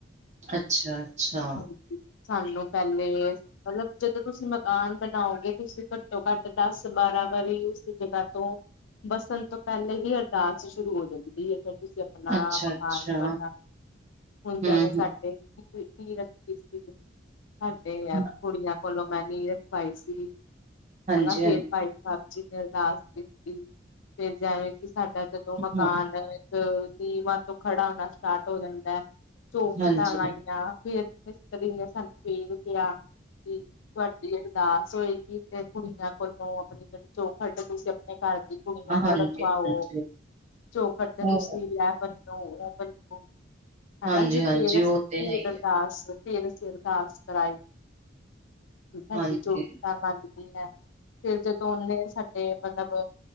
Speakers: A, on the right; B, on the left.
A: ਅੱਛਾ-ਅੱਛਾ
B: ਹਾਂਜੀ ਸਾਨੂੰ ਪਹਿਲੇ ਮਤਲਬ ਜਦੋਂ ਤੁਸੀਂ ਮਕਾਨ ਬਣਾਓਗੇ ਤੁਸੀਂ ਘੱਟੋ ਘੱਟ ਦਸ ਬਾਰਾਂ ਵਾਰੀ ਉਸ ਜਗ੍ਹਾ ਤੋਂ ਵਸਨ ਤੋ ਪੈਲੇ ਵੀ ਅਰਦਾਸ ਸ਼ੁਰੂ ਹੋ ਜਾਂਦੀ ਫੇਰ ਤੁਸੀ ਨਾਮ
A: ਅੱਛਾ
B: ਮਕਾਨ
A: ਅੱਛਾ
B: ਬਨਾ, ਹੁਨ
A: ਹਮ
B: ਜੈਵੇਂ ਸਾਡੇ <unintelligible> ਨੀਂਹ ਰੱਖੀ ਸੀ, ਸਾਡੇ
A: ਹਮ
B: ਕੁੜੀਆਂ ਕੋਲੋਂ ਮੈ ਨੀ ਰਖਵਾਈ ਸੀ,
A: ਹਾਂਜੀ
B: ਹੈਨਾ ਫੇਰ
A: ਹਾਂਜੀ
B: ਭਾਈ ਸਾਬ ਜੀ ਨੇ ਅਰਦਾਸ ਕੀਤੀ, ਫੇਰ ਜੈਵੇਂ ਕਿ ਸਾਡਾ ਜਦੋਂ ਮਕਾਨ
A: ਹਾਂ
B: ਅ ਨੀਵਾਂ ਤੋਂ ਖੜਾ ਹੋਣਾ ਸਟਾਟ ਹੋ ਜਾਂਦਾ, ਚੋਖਟਾਂ
A: ਹਾਂਜੀ
B: ਲਾਈਆਂ ਫੇਰ ਮੀਸੱਤਰੀ ਸਾਨੂੰ ਫੇਰ ਕੇਆ <unintelligible> ਦੀ ਅਰਦਾਸ ਹੋਏਗੀ, ਤੇ ਕੁੜੀਆਂ ਕੋਲੋਂ ਆਪਨੀ ਜੇੜੀ ਚੋਖਟ ਏ ਤੁਸੀਂ ਆਪਨੇ ਘਾੱਰ ਦੀ ਕੁੜੀਆਂ
A: ਹਾਂਜੀ
B: ਕੋਲ ਰਖਵਾਓ,
A: ਹਾਂਜੀ
B: ਚੋਖਟ ਤੇ ਤੁਸੀ
A: ਉਹ
B: ਲੈ ਬੰਨੋ ਓ ਬੰਨੋ, ਹੈਨਾ
A: ਹਾਂਜੀ
B: ਜੀ ਫੇਰ
A: ਹਾਂਜੀ
B: ਅਸੀ
A: ਉਹ ਤੇ
B: <unintelligible>
A: ਹੈ ਹੀ ਹੈ
B: ਬਸ ਫੇਰ ਅਸੀ ਅਰਦਾਸ ਕਰਾਈ, ਸਾਡੀ
A: ਹਾਂਜੀ
B: <unintelligible> <unintelligible> ਫੇਰ ਜਦੋ ਓਨੇ ਸਾਡੇ ਮਤਲਬ